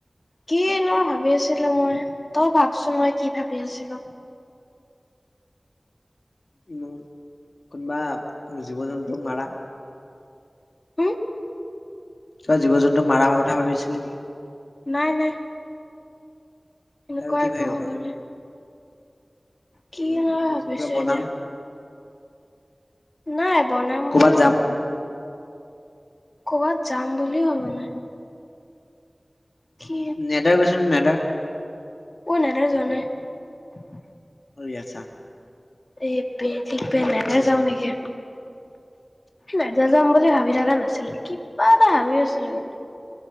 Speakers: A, on the left; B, on the left.
A: কি ন ভাবি আছিলো মই তই ভাবছোন মই কি ভাবি আছিলো
B: ইমানোৰ <unintelligible> কোনোবা <unintelligible> জীৱ জন্তুক মাৰা
A: হম
B: চ জীৱ জন্তুক মাৰ হ কথা ভাবিছিলি নেকি
A: নাই নাই এনেকুৱা
B: আৰু কি
A: একো
B: ভাবিব
A: ভবা
B: পাৰো
A: নাই কিনো
B: আৰু
A: য়
B: ভাবি
A: ভাবিছো
B: আছো কিবা বনাম
A: এতিয়া <unintelligible> নাই বনাম বুলি
B: কৰ'বাত
A: হ
B: যাম
A: ন ক'বাত যাম বুলিও ভবা নাই কি
B: নেদ গৈছ নেদা
A: নেদা যোৱা নাই
B: অ আছা
A: এই পে ঠিক পে নাইদা যাও
B: চাগে
A: নেকি নাইদা যাম বুলি ভাবি থকা নাছিলো কিবা ভাবি আছিলো কিন্তু